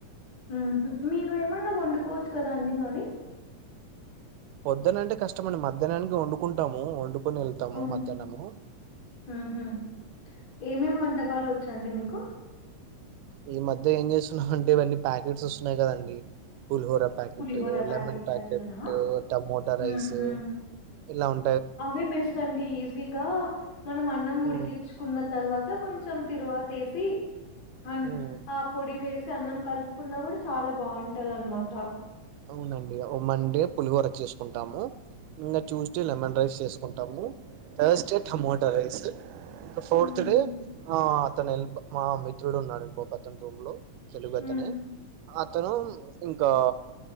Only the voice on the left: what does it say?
<unintelligible> మీరు ఏమన్నా వొండుకోవచ్చు కదా అండి మరి
ఆ!
హుహు. ఏమేం వంటకాలొచ్చండి మీకు
పులిహోర
ప్యాకెట్
అట్లనా?
హ్మ్.
హ్మ్.
అవే బెస్ట్ అండి ఈజీగా మనం అన్నం
ఉడికిచు చుకున్న తర్వాత కొంచెం తిరువాతేసి ఆం
ఆ పొడి వేసి అన్నం కలుపుకున్నా గూడ చాలా బావుంటదన్ మాట
హుహు.
హ్మ్.